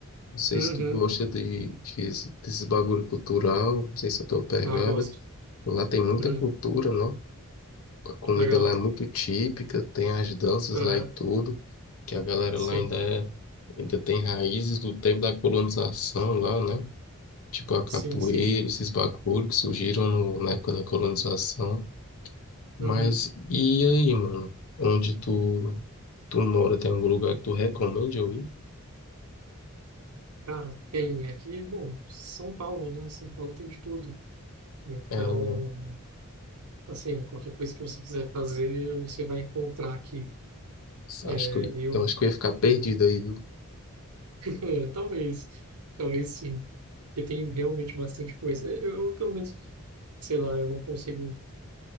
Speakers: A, on the left; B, on the right.
A: Não sei
B: Uhum.
A: se tu gosta de, de- desses bagulho cultural, não sei se é a tua pegada.
B: Ah, gosto.
A: Lá tem muita
B: Uhum.
A: cultura, não? A comida
B: Legal.
A: lá é muito típica, tem as danças
B: Uhum.
A: lá e tudo, que a galera
B: Sim,
A: lá ainda é, ainda tem raízes do tempo da colonização lá, né? Tipo a capoeira,
B: sim, sim.
A: esses bagulho que surgiram no- na época da colonização. Mas
B: Uhum.
A: e aí, mano? Onde tu, tu mora, tem algum lugar que tu recomende eu ir?
B: Cara, tem aqui, bom, São Paulo, né? São Paulo tem de tudo. Então,
A: É,
B: assim, qualquer coisa que você quiser fazer, você vai encontrar aqui. É,
A: acho que eu,
B: eu
A: eu acho que eu ia ficar perdido aí, viu?
B: É, talvez, talvez sim. Porque tem realmente bastante coisa. Eu, eu, pelo menos, sei lá, eu não consigo